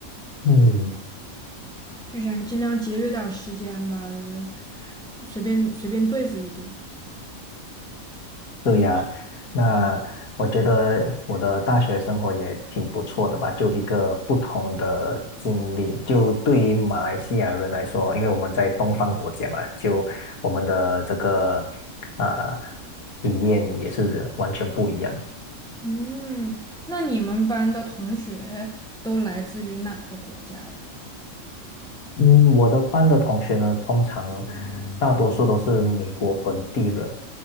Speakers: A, on the left; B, in the centre.
A: 嗯。
B: 就想尽量节约点儿时间吧，就是随便随便对付一顿。
A: 对呀，那我觉得我的大学生活也挺不错的吧，就一个不同的经历。就对于马来西亚人来说，因为我们在东方国家嘛，就我们的这个啊、体验也是完全不一样。
B: 嗯，那你们班的同学都来自于哪个国家呀？
A: 嗯，我的班的同学呢，通常大多数都是美国本地人，